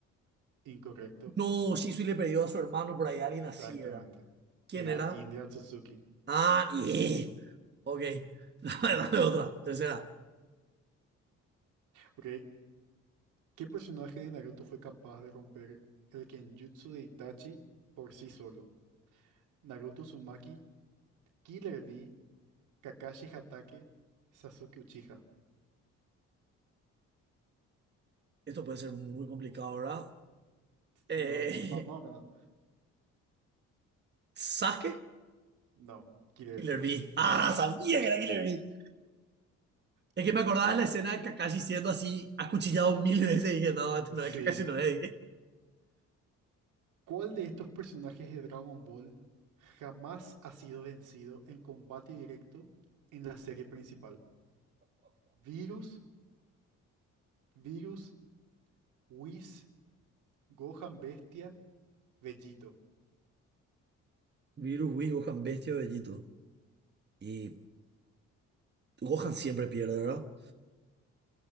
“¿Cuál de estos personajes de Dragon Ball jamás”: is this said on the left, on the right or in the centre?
Right